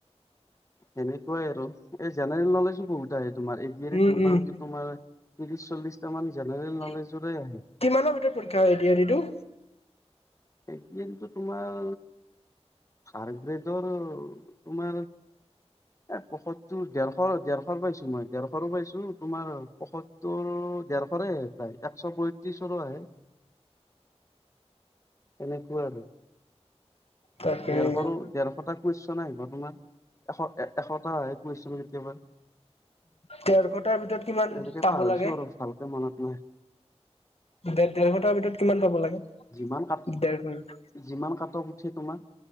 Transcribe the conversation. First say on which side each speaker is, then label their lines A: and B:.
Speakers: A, on the left (about 30°); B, on the left (about 60°).
A: সেনেকুৱাই আৰু। এই জেনেৰেল নলেজো বহুত আহে তোমাৰ, এ দি অৰ ই
B: উম
A: ত মোটামুটি
B: উম
A: তোমাৰ ত্ৰিশ-চল্লিশটা মান জেনেৰেল নলেজৰে
B: কিমানৰ
A: আহে
B: ভিতৰত পৰীক্ষা এ দি আৰ ই টো?
A: এ কিন্তু তোমাৰ থাৰ্ডগ্ৰেডৰ তোমাৰ এ পসতটো ডৰশৰ ডেৰশৰ পাইছো মই, ডেৰশৰো পাইছো তোমাৰ পসতটোৰ ডেৰশৰে প্ৰায়। চব বৈতিছৰো আহে। এনেকুৱা আৰু।
B: তাকে
A: দেৰশৰো ডেৰশটা কোৱেচন আহিব তোমাৰ। এশ এ এশটা গ <inaudible> <inaudible> কেতিয়াবা
B: ডেৰশ তাৰ ভিতৰত কিমান
A: এনেকে
B: পাব
A: পাহৰিছো
B: লাগে?
A: আৰু ভালকে মনত নাই
B: ডেৰশ তাৰ ভিতৰত কিমান পাব লাগে?
A: যিমান কা
B: ডেৰ ঘন্টা
A: যিমান কাট অফ উঠে তোমাক